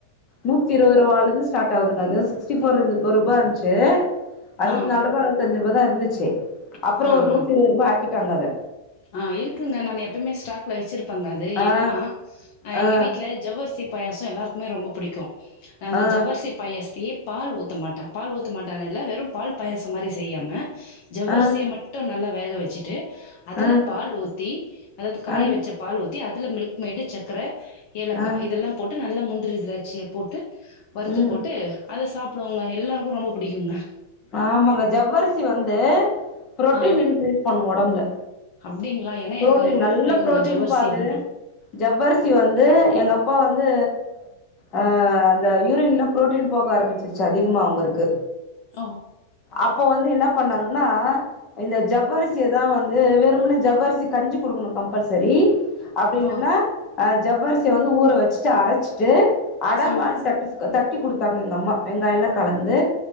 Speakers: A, on the left; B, on the left.
A: நூத்தி இருபது ரூபால இருந்து ஸ்டார்ட் ஆகுதுங்க அது சிக்ஸ்டி ஃபோர் ரூபா இருந்துச்சு அறுவத்தி
B: ஆ
A: நாலு ரூபா அறுவத்தஞ்சு இவ்ளோ தா இருந்துச்சு அப்புறோ
B: ஆ
A: ஒரு நுத்தி
B: ஆ
A: இருவது ரூபா ஆக்கி டாங்க அத
B: ஆ இருக்குங்க நான் எப்பயமே ஸ்டாக்ல வச்சிருப் பங்க அது
A: ஆ
B: ஏன்னா எங்க
A: ஆ
B: வீட்ல ஜவ்வரிசிப் பாயாசம் எல்லாருக்குமே ரொம்ப புடிக்கு நா அந்த
A: ஆ
B: ஜவ்வரிசி பாயஸ் தே பால் ஊத்தமாட்டா பால் ஊத்த மாட்டாங்க இதுல வெறும் பால் பாயசம் மாரி செய்யாம ஜவ்வரிசிய
A: ஆ ஆ
B: மட்டு நல்லா வேக வெச்சிட்டு அதுல
A: ஆ
B: பால் ஊத்தி அதாது காய
A: ஆ
B: வச்ச பால் ஊத் தி அதுல மில்க் மேடு சக்கர ஏலக்க
A: ஆ
B: இதெல்லாம் போட்டு நல்லா முந் ந்திரி திராட்சிய போட்டு வறுத்து
A: ம்
B: போட்டு அத சாப்டுவோங்க எல்லாருக்கு ரொம்ப பிடிக்குங்க
A: ஆமாங்க ஜவ்வரிசி வந்து புரோட்டீன்
B: ஆ.
A: இன்கிரீஸ் பண்ணு ஒடம்புல
B: அப்டிங்களா? ஏன்னா
A: புரோட்டீன்
B: எனக்கு அது ரொம்ப
A: நல்ல
B: புடிக்குங்க
A: புரோட்டீன்பா
B: ஜவ்வரிசி
A: அது
B: மட்டும்.
A: ஜவ்வரிசி வந்து எங்க அ போ வந்து அ அந்த யூரின்ல பு்ரோட்டீன் போக ஆரம்பிச்சிருச்சு அதிகமா அவுங்கருக்கு
B: ஓ
A: அப்போ வந்து என்ன பண்ணாங்கன்னா இந்த ஜவ்வரிசியதா வந்து வெறுமுன்னே ஜவ்வரிசி கஞ்சு கொடுக்கணு கம்பல்சரி அப்டி இல்லன்னா
B: ஓ!
A: அ ஜவ்வரிசிய வந்து ஊரவச்சி சி அரச்சிட்டு அட
B: ம்
A: மாறி தட்ட சோக தட் ட்டி கொடுத்தாங்க எங்கம்மா வெங்காயோலா கலந்து